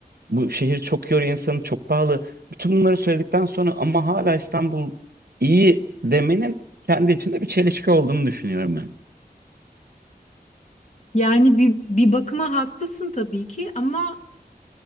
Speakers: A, on the right (about 70°); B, on the left (about 45°).
A: bu şehir çok yoruyor insanı, çok pahalı. Bütün bunları söyledikten sonra ama hala İstanbul iyi demenin kendi içinde bir çelişki olduğunu düşünüyorum ben.
B: Yani bir, bir bakıma haklısın tabii ki ama